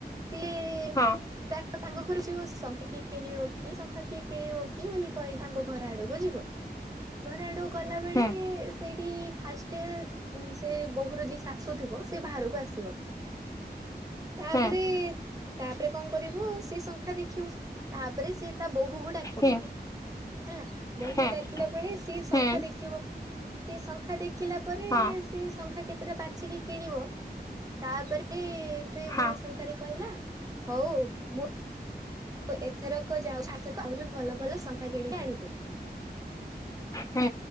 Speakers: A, on the right (about 20°); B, on the left (about 20°).
A: ସିଏ
B: ହଁ
A: ତା ତାଙ୍କ ଘର ଯିବ ଶଙ୍ଖା କିଏ କିଣିବ କି ଶଙ୍ଖା କିଏ କିଣିବ କି ବୋଲି କହି ତାଙ୍କ ଘର ଆଡକୁ ଯିବ। ଘର ଆଡକୁ ଗଲା ବେଳେ
B: ହୁଁ
A: ସେଇଠି ଫାଷ୍ଟ ଷ୍ଟେ ସେ ବୋହୂର ଯିଏ ଶାଶୁ ଥିବ ସେ ବାହାରକୁ ଆସିବ। ତାପରେ
B: ହୁଁ
A: ତାପରେ କଣ କରିବ ସେ ଶଙ୍ଖା ଦେଖିବ। ତାପରେ ସିଏ ତା ବୋହୁକୁ ଡାକିବ।
B: ହୁଁ
A: ହେଲା ବୋହୁ କୁ
B: ହୁଁ
A: ଡାକିଲା ବେଳେ ସିଏ ଶଙ୍ଖା
B: ହୁଁ
A: ଦେଖିବ। ସିଏ ଶଙ୍ଖା ଦେଖିଲା ତାପରେ
B: ହଁ
A: ସେ ଶଙ୍ଖା କେତେଟା ବାଛିକି କିଣବ ତାପରେ ସେ
B: ହଁ
A: ବୁଢା ଶ ଶଙ୍ଖାରି କହିଲା ହୋଉ ମୁଁ ଏଥରକ ଯାଉ ଆର ଥରକ ଆହୁରି ଭଲ ଭଲ ସଂଙ୍ଖା କିଣିକି ଆଣିଦେବି।
B: ହେଁ।